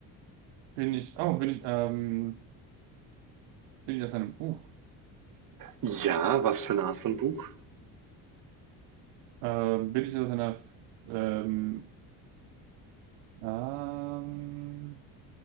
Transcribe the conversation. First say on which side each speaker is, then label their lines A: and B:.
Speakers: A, on the right; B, on the right.
A: Bin ich, oh, bin ich, ähm, bin ich aus einem Buch?
B: Ja, was für eine Art von Buch?
A: Ähm, bin ich aus einer, ähm, ähm,